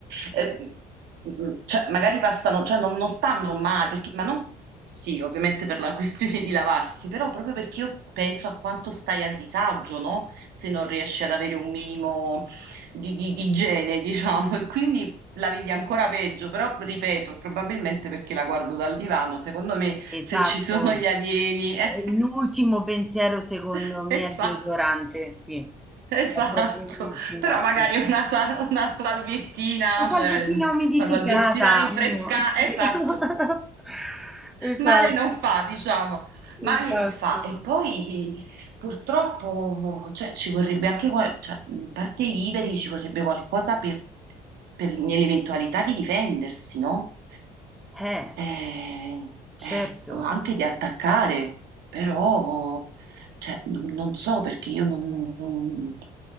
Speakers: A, on the right; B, in the centre.
A: eh, mh, cioè, magari passano, cioè non, non stanno male, perché- ma non, sì, ovviamente per la <laughs> questione di lavarsi, però proprio perché io penso a quanto stai a disagio, no? Se non riesci ad avere un minimo di, di- di igiene, <laughs> diciamo, e quindi... La vivi ancora peggio, però ripeto, probabilmente perché la guardo dal divano, secondo me
B: Esatto.
A: se ci sono gli alieni. <laughs> eh.
B: E l'ultimo pensiero secondo
A: <laughs>
B: me
A: Esatto.
B: è il deodorante, sì.
A: Esatto,
B: È proprio l'ultimo,
A: però magari
B: sì.
A: una, sa- una salviettina,
B: La salviettina
A: cioè una
B: umidificata,
A: salviettina rinfresca,
B: uno, sì.
A: esatto,
B: <laughs> Esatto,
A: male non fa, diciamo, male
B: esatto.
A: non fa. E poi purtroppo, cioè, ci vorrebbe anche, qual- cioè, in parte i viveri ci vorrebbe qualcosa per, per- nell'eventualità di difendersi, no?
B: Eh,
A: eh,
B: certo.
A: eh, o anche di attaccare, però cioè, non, non so perché io non, non-